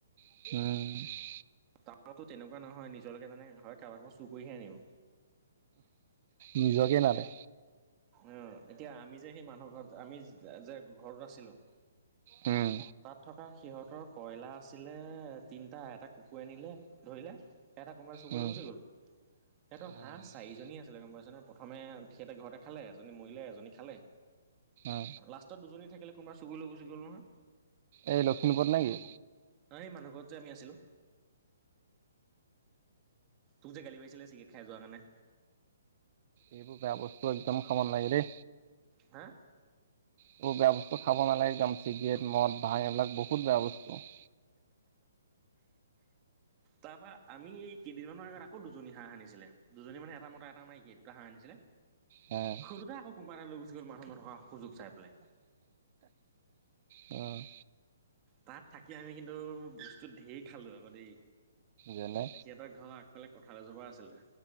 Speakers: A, on the right; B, on the right.
A: উম।
B: টাউনতটো তেনেকুৱা নহয় নিজলৈকে মানে হয় কাৰবা ঘৰৰপা চুৰ কৰিহে আনিব।
A: নিজকে লাগে।
B: উ, এতিয়া আমি যে সেই মানুহ ঘৰত, আমি যে ঘৰত আছিলোঁ
A: উম।
B: তাত থকা সিহঁতৰ কইলাৰ আছিলে তিনটা, এটা কুকুৰে নিলে ধৰিলে এটা কোনবাই চুৰ
A: উম
B: কৰি লৈ গুচি গ'ল। সিহঁতৰ
A: অ
B: হাঁহ চাৰিজনী আছিলে গম পাইছনে, প্ৰথমে সিহঁতে ঘৰতে খালে, এজনী মৰিলে, এজনী খালে।
A: অ
B: লাষ্টত দুজনী থাকিলে, কোনোবা চুৰ কৰি লৈ গুচি গল নহয়।
A: এই লখিমপুৰত নে কি?
B: নহয়, এই মানুহ ঘৰত যে আমি আছিলোঁ। তোক যে গালি পাৰিছিলে, চিগেৰেট খাই যোৱা কাৰণে।
A: এইবোৰ বেয়া বস্তু একদম খাব নালাগে দে।
B: হা
A: আৰু বেয়া বস্তু খাব নালাগে একদম চিগেট, মদ, ভাং এইবিলাক বহুত বেয়া বস্তু।
B: তাৰপৰা আমি এই কেইদিনমানৰ আগত আকৌ দুজনী হাঁহ আনিছিলে। দুজনী মানে এটা মতা, এটা মাইকি দুটা হাঁহ আনিছিলে।
A: অ'।
B: সৌদুটা কোনবা এটা লৈ গুচি গ'ল মানুহ নথকা সুযোগ চাই পেলাই।
A: অ'।
B: তাত থাকি আমি কিন্তু বস্তু ধেৰ খালোঁ আকৌ দেই।
A: যেনে
B: সিহঁতৰ ঘৰ আগফালে কঠাল এজোপা আছিলে।